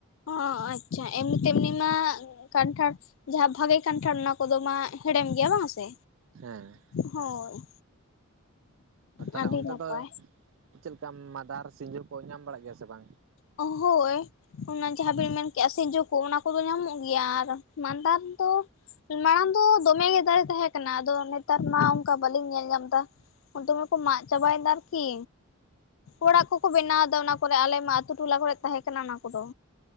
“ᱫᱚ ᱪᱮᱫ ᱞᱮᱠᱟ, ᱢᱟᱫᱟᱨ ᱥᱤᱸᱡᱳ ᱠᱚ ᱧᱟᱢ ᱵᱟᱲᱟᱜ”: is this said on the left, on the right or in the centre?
Right